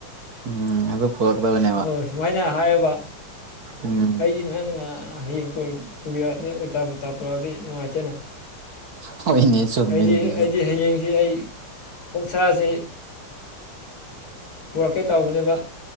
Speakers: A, on the right; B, on the left.
A: ꯎꯝ ꯑꯗꯨ ꯄꯨꯔꯛꯀꯗꯅꯤ
B: ꯍꯣꯏ ꯁꯨꯃꯥꯏꯅ ꯍꯥꯏꯔꯕ
A: ꯎꯝ
B: ꯑꯩꯁꯤ ꯅꯪ ꯍꯌꯦꯡ ꯄꯨꯕꯤꯔꯛꯑꯅꯤ ꯎꯜꯇꯥ ꯇꯥ ꯄꯨꯔꯛꯑꯗꯤ ꯅꯨꯡꯉꯥꯏꯇꯦꯅ
A: ꯍꯣꯏꯅꯦ ꯆꯨꯝꯃꯤꯅꯦ
B: ꯑꯩꯗꯤ
A: ꯑꯗꯨꯁꯨ
B: ꯑꯩꯗꯤ ꯍꯌꯦꯡꯁꯤ ꯑꯩ ꯑꯣꯛꯁꯁꯤ ꯄꯨꯔꯛꯀꯦ ꯇꯧꯕꯅꯦꯕ